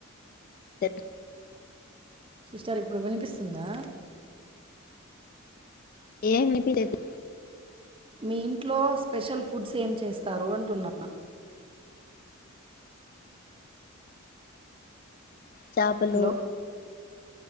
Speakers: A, on the left (about 45°); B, on the right (about 25°).
A: <unintelligible>
B: సిస్టర్ ఇప్పుడు వినిపిస్తుందా
A: ఏం వినిపియలేదు
B: మీ ఇంట్లో స్పెషల్ ఫుడ్స్ ఏం చేస్తారు అంటున్నా
A: చేపలు
B: హలో